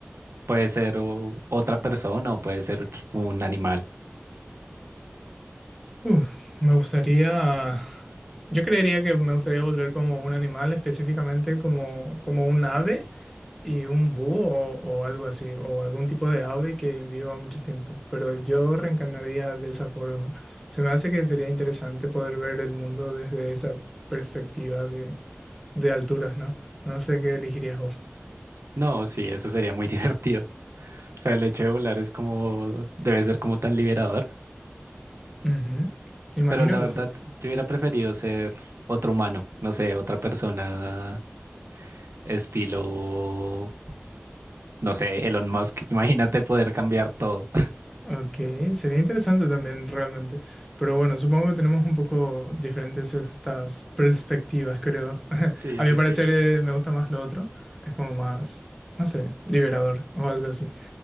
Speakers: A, on the right (about 65°); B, in the centre.
A: Puede ser o- otra persona o puede ser otro- un animal.
B: Uf, me gustaría... Yo creería que me gustaría volver como un animal, específicamente como, como un ave y un búho o, o algo así, o algún tipo de ave que viva mucho tiempo, pero yo reencarnaría de esa forma. Se me hace que sería interesante poder ver el mundo desde esa perspectiva de, de alturas, ¿no? No sé qué elegirías vos.
A: No, sí, eso sería muy <laughs> divertido. O sea, el hecho de volar es como, debe ser como tan liberador.
B: Ujú, Imagino
A: Pero la
B: que
A: verdad,
B: sí.
A: yo hubiera preferido ser otro humano, no sé, otra persona estilo, no sé, Elon Musk. <laughs> Imagínate poder cambiar todo.
B: Ok, sería interesante también realmente. Pero bueno, supongo que tenemos un poco diferentes estas perspectivas, creo. <laughs>
A: Sí,
B: A
A: sí,
B: mi parecer
A: sí.
B: eh, me gusta más lo otro. Es como más, no sé, liberador o algo así.